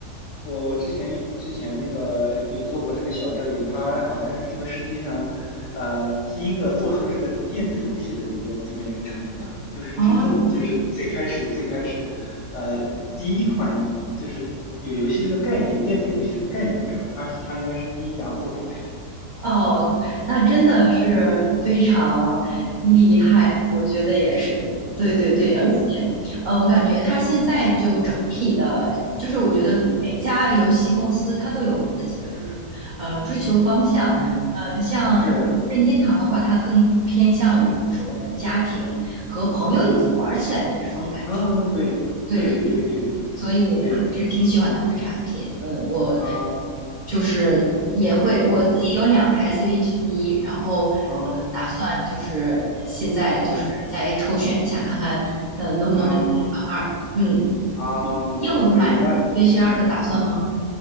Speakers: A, on the left; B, on the right.
A: 我我之前之前那个有做过这个小调研，它好像是这个世界上，呃，第一个做出这个电子游戏的一个这么一个厂家，就是真正就是最开始最开始，
B: 哦
A: 呃，第一款就是有游戏这个概念，有电子游戏这个概念的时候，它是它应该是第一家做出来的。
B: 哦，
A: 对
B: 那真的是非常厉害，
A: 对，嗯，是
B: 我觉得也是，
A: 是
B: 对对对，
A: 是，
B: 而且，呃，我感觉它现在就整体的，
A: 嗯嗯。
B: 就是我觉得每一家游戏公司它都有自己的，
A: 嗯嗯
B: 就是呃追求方向，
A: 嗯，
B: 呃，像任天堂的话，
A: 是，
B: 它更偏向于就是我们家庭和朋友一起玩儿起来的这种感觉，
A: 嗯嗯嗯啊，对对对对对
B: 对对。所以还是挺喜欢它的产品。
A: 对，嗯
B: 嗯，我
A: 啊
B: 就是也会我自己有两台
A: 嗯
B: Switch 一，然后呃
A: 啊
B: 打算就是现在就是再抽选一下，
A: 嗯
B: 看看嗯能不能抽选到二。
A: 啊
B: 嗯，
A: 啊，
B: 你有买
A: 可以，那嗯。
B: Switch 二的打算吗？